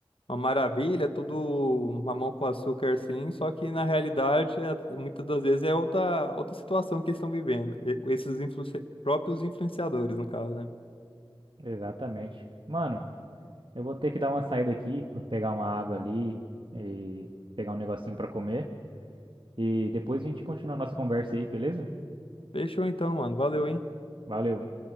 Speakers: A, on the left; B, on the right.
A: uma maravilha, tudo mamão com açúcar assim, só que na realidade, é- muitas das vezes é outra, outra situação que eles estão vivendo, e- esses influenci- próprios influenciadores, no caso, né?
B: Exatamente. Mano, Eu vou ter que dar uma saída aqui, vou pegar uma água ali e pegar um negocinho pra comer. E depois a gente continua a nossa conversa aí, beleza?
A: Fechou então, mano. Valeu, hein?
B: Valeu.